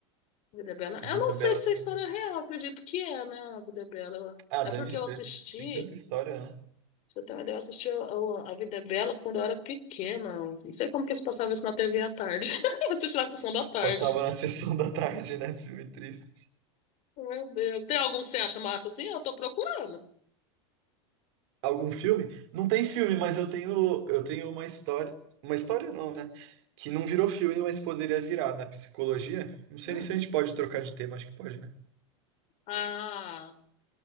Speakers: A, on the left; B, on the right.
A: A Vida é Bela.
B: Vida
A: Eu não
B: é
A: sei
B: Bela
A: se
B: também.
A: é história real, acredito que é, né? A Vida é Bela.
B: Ah,
A: É
B: deve
A: porque
B: ser.
A: eu assisti.
B: Tem tanta história, né?
A: Você também deu assistir A Vida é Bela quando eu era pequena. Não sei como que eles passavam isso na TV à tarde. <laughs> Eu assisti na sessão da tarde.
B: Passava na <laughs> sessão da tarde, né? Filme triste.
A: Meu Deus. Tem algum que você acha massa assim? Eu tô procurando.
B: Algum filme? Não tem
A: É.
B: filme, mas eu tenho, eu tenho uma história. Uma história não, né? Que não virou filme, mas poderia virar na psicologia. Não sei
A: Hum.
B: nem se a gente pode trocar de tema, acho que pode, né?
A: Ah,